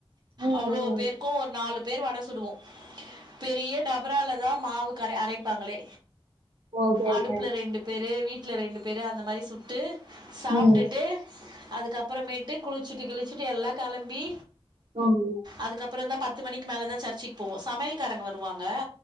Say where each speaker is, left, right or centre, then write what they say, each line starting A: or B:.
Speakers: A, on the right (about 75°); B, on the right (about 45°).
A: ம்
B: அவ்ளோ
A: ம்
B: பேருக்கும் ஒரு நாலு பேர் வட சுடுவோ பெரிய டபரால தா மாவு கர அரைப் ப்பாங்களே
A: ஓகே
B: அடுப்புல
A: ஓகே
B: ரெண்டு பேரு வீட்ல ரெண்டு பேரு அந்த மாரி சுட்டு சாப்டுட்டு
A: ம்
B: அதுக்கப்பறமேட்டு குளிச்சுட்டு கிளிச்சுட்டு எல்லா கெளம்பி
A: <unintelligible>
B: அதுக்கப்பறந்தா பத்து மணிக்கி மேலதா சர்ஜ்சிக்கு போவோ சமையல்காரங்க வருவாங்க